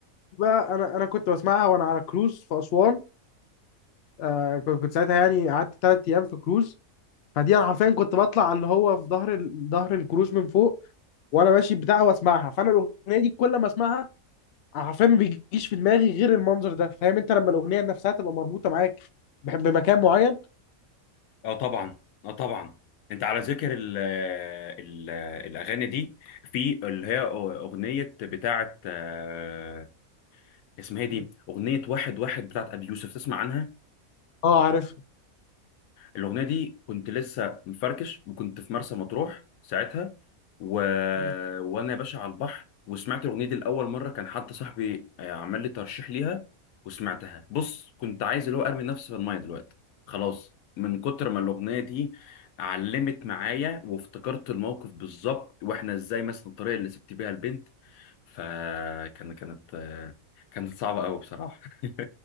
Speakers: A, on the left (about 65°); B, on the left (about 80°).
A: بقى انا انا كنت بسمعها وانا على كروز في اسوان آه كنت كنت ساعتها يعني قعدت ثلاث ايام في كروز فدي انا حرفيا كنت بطلع اللي هو في ظهر ال- ظهر الكروز من فوق وانا ماشي بتاع واسمعها فانا الاغنيه دي كل ما اسمعها عارفين ما بيجيش في دماغي غير المنظر ده فاهم انت لما الاغنيه نفسها تبقى مربوطه معاك بح- بمكان معين
B: اه طبعا اه طبعا انت على ذكر ال ال الاغاني دي في اللي هي اغنية بتاعت آه، اسمها إيه دي
A: مم.
B: اغنية واحد واحد بتاعت ابي يوسف تسمع عنها
A: اه عارفها
B: الأغنية دي كنت لسه مفركش وكنت في مرسى مطروح ساعتها و...
A: مم.
B: وأنا يا باشا على البحر وسمعت الأغنية دي لأول مرة كان حد صاحبي آه، عمل لي ترشيح ليها وسمعتها بص كنت عايز اللي هو أرمي نفسي في المية دلوقتي خلاص من كتر ما الأغنية دي علمت معايا وافتكرت الموقف بالظبط وإحنا إزاي مثلا الطريقة اللي سبت بيها البنت فكان كانت آه، كانت صعبة أوي بصراحة <laughs>